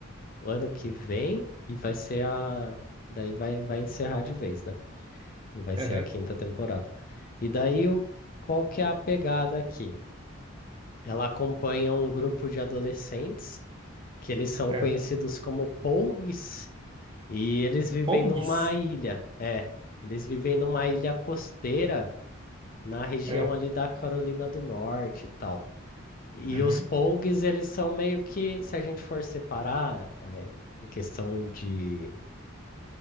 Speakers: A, on the left (about 40°); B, on the right (about 25°).
A: o ano que vem e vai ser a. Daí vai, vai encerrar de vez, né? Vai
B: aham,
A: ser a quinta temporada. E daí, o, qual que é a pegada aqui? Ela acompanha um grupo de adolescentes que eles são
B: é.
A: conhecidos como Pougs e eles vivem
B: Pogues?
A: numa ilha. É, eles vivem numa ilha costeira na região
B: É,
A: ali da Carolina do Norte e tal. E
B: uhum,
A: os Pougs, eles são meio que, se a gente for separar, é, em questão de